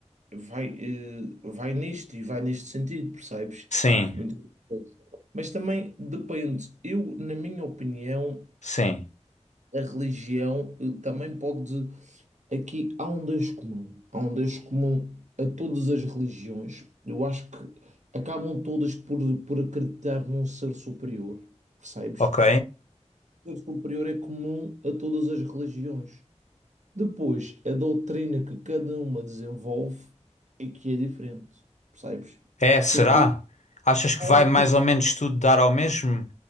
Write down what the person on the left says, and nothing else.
Sim.
Sim.
Ok.
É, será?
Achas que
vai
mais
ou
menos tudo dar ao mesmo?